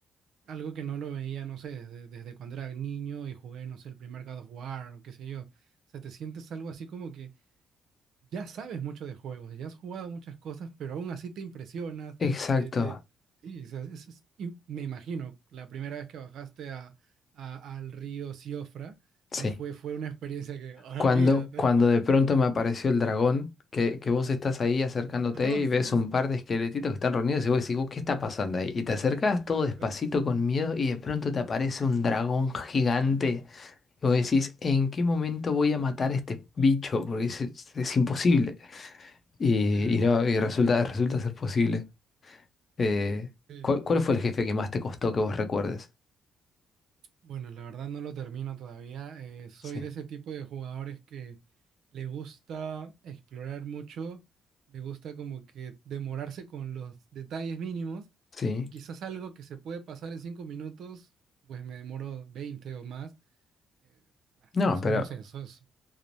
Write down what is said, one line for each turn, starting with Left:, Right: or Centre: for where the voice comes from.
Right: Algo que no lo veía, no sé, desde, desde cuando era niño y jugué, no sé, el primer God of War o qué sé yo. O sea, te sientes algo así como que ya sabes mucho de juegos, ya has jugado muchas cosas, pero aún así te impresionas.
Left: Exacto.
Right: Te, te, sí, o sea, es- es- y me imagino, la primera vez que bajaste a, a- al río Siofra,
Left: Sí.
Right: no fue, fue una experiencia que, "Oh, olvídate.
Left: Cuando, cuando
Right: <laughs>
Left: de pronto me apareció el dragón, que, que vos estás ahí acercándote
Right: Oh,
Left: y
Right: sí,
Left: ves un
Right: sí.
Left: par de esqueletitos que están reunidos y vos decís, "Oh, ¿qué está pasando ahí? Y te acercás todo
Right: <laughs>
Left: despacito con miedo y de pronto te aparece un dragón gigante. Y vos decís, ¿en qué momento voy a matar a este bicho? Porque es, es- es imposible. Y,
Right: Sí,
Left: y
Right: sí,
Left: no,
Right: sí.
Left: y resulta, resulta ser posible. Eh,
Right: sí.
Left: ¿cuál, cuál fue el jefe que más te costó que vos recuerdes?
Right: Bueno, la verdad no lo termino todavía. Eh, soy
Left: Sí.
Right: de ese tipo de jugadores que le gusta explorar mucho, le gusta como que demorarse con los detalles mínimos
Left: Sí.
Right: y quizás algo que se puede pasar en cinco minutos, pues me demoro 20 o más. Eh, bah,
Left: No,
Right: me asum-
Left: pero...
Right: no sé, eso es-